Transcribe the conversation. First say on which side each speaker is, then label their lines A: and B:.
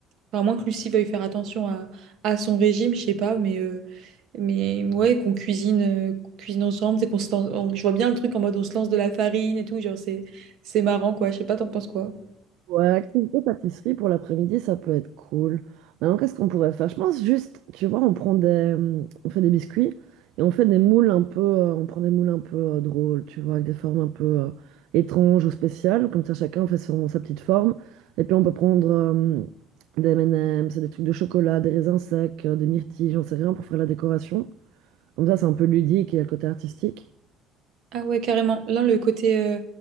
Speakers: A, on the right (about 60°); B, on the right (about 80°).
A: Enfin, à moins que Lucie veuille faire attention à, à son régime, je sais pas, mais, euh, mais ouais, qu'on cuisine, euh, qu'on cuisine ensemble. C'est qu'on se lance- on- je vois bien le truc en mode on se lance de la farine et tout. Genre, c'est, c'est marrant, quoi. Je sais pas, t'en penses quoi?
B: Ouais, activité pâtisserie pour l'après-midi, ça peut être cool. Maintenant, qu'est-ce qu'on pourrait faire? Je pense juste, tu vois, on prend des, hum, on fait des biscuits et on fait des moules un peu, euh, on prend des moules un peu euh, drôles, tu vois, avec des formes un peu euh, étranges ou spéciales. Comme ça, chacun fait son, sa petite forme. Et puis, on peut prendre hum, des M&M's, des trucs de chocolat, des raisins secs, euh, des myrtilles, j'en sais rien, pour faire la décoration. Comme ça, c'est un peu ludique et il y a le côté artistique.
A: Ah ouais, carrément. Là, le côté... euh,